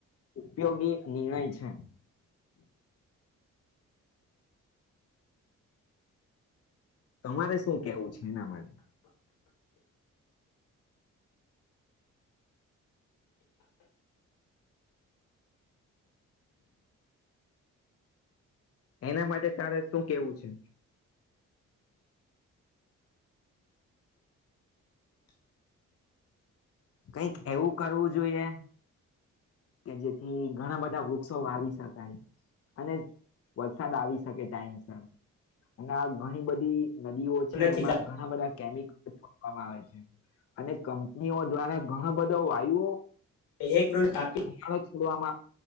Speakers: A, on the left (about 45°); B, on the left (about 90°).
A: ઉપયોગી નિર્ણય છે. તમારે શું કેવું છે એના માટે. એના માટે તારે શું કેવું છે. કઈક એવું કરવું જોઈએ. કે જેથી ઘણા બધા વૃક્ષો વાવી શકાય અને વરસાદ આવી શકે ટાઈમ અને આ ઘણી બધી. નદીઓ છે
B: નથી
A: એમાં ઘણા બધા કેમિક. આવે છે અને કંપનીઓ દ્વારા ઘણ બધો વાયુ.
B: એક <unintelligible> કાપ
A: હો છોડવામાં